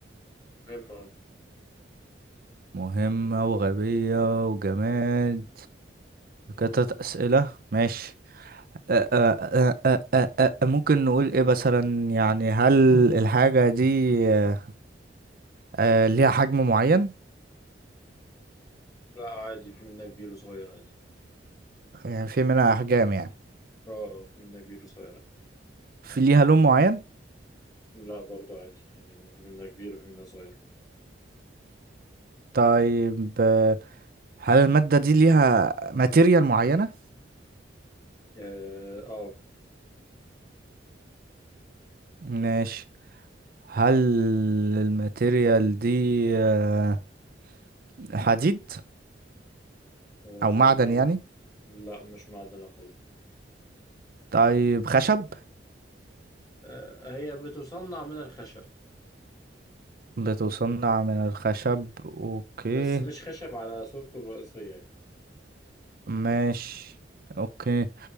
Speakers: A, on the left (about 20°); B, on the right (about 50°).
A: مهمة أهو.
B: مهمة وغبية وجماد كتت أسئلة ماشي أ- أ- أ- أ- أ- أ- ممكن نقول ايه مثلا يعني هل الحاجة دي آه، آه، ليها حجم معين
A: لا عادي في منها كبير وصغير عادي
B: يعني في منها أحجام يعني
A: اه آه، في منها كبير وصغير
B: في ليها لون معين
A: لا برضو عادي يعني في منها كبير وفي منها صغير
B: طيب آه، هل المادة دي ليها ماتيريال معينة
A: اه آه.
B: ماشي هل الماتيريال دي آه، حديد
A: آه،
B: أو معدن يعني
A: لا مش معدن الحديد
B: طيب خشب
A: آه، هي بتصنع من الخشب
B: بتصنع من الخشب اوكي
A: بس مش خشب على صورته الرئيسية
B: ماشي اوكي